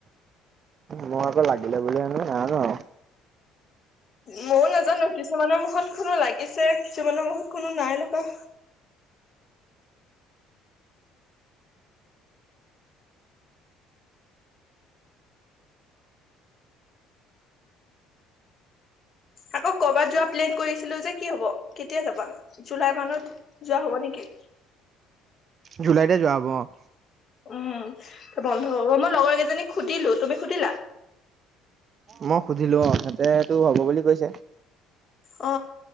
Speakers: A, on the right; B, on the left.
A: মই আকৌ লাগিলে বুলি হেনো <unintelligible>
B: মইও নাজানো কিছুমানৰ মুখত শুনো লাগিছে, কিছুমানৰ মুখত শুনো নাই লগা। আকৌ কৰ'বাত যোৱা প্লেন কৰিছিলো যে কি হ'ব, কেতিয়া যাবা, জুলাই মানত যোৱা হ'ব নেকি,
A: জুলাইতে যোৱা হ'ব অ',
B: উম, বন্ধ হ'ব মই লগৰ কেইজনীক সুধিলো তুমি সুধিলা।
A: মই সুধিলো অ, সিহঁতেটো হ হ'ব বুলি কৈছে।
B: অ